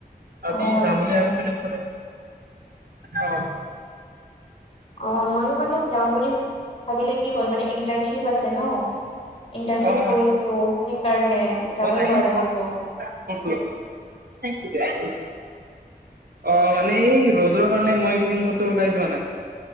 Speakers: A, on the right; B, on the left.
A: আজি
B: অ
A: যাম
B: আচ্ছা
A: বুলি ভাবিছিলো এইফালে অ,
B: অ ময়ো মানে যাম বুলি, ভাবিলে কি হ'ল মানে ইণ্টাৰ্ণশ্বিপ আছে ন। ইণ্টাৰ্ণশ্বিপ
A: অ'
B: কৰি আছো সেইকাৰণে যাবই
A: মই
B: পৰা নাই কতো।
A: <unintelligible> অ মানে এই ৰ'দৰ কাৰণে মই কেইদিন কতো ওলাই যোৱা নাই